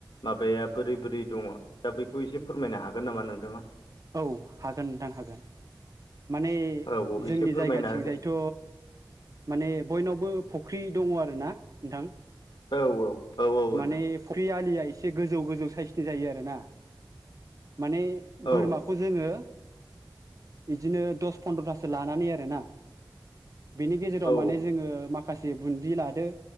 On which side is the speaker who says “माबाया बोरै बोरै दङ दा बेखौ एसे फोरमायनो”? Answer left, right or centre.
Left